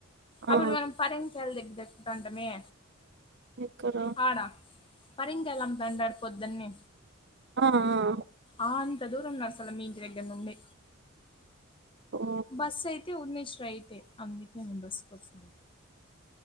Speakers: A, on the right; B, on the left.
A: ఆ
B: అప్పుడు మనం పరంకల దగ్గర ఎక్కుతాండమే
A: ఎక్కడ
B: ఆడా పరిం కాయలు అమ్ముతా ఉంటాలు పొద్దునే
A: ఆ ఆ
B: ఆ అంత దూరం ఉన్నారు అసలు మీ ఇంటి దగ్గర నుండి
A: ఓ
B: బస్సు అయితే ఊరి నుంచి స్ట్రైటే అందుకే నేను బస్సుకు వస్తా అంట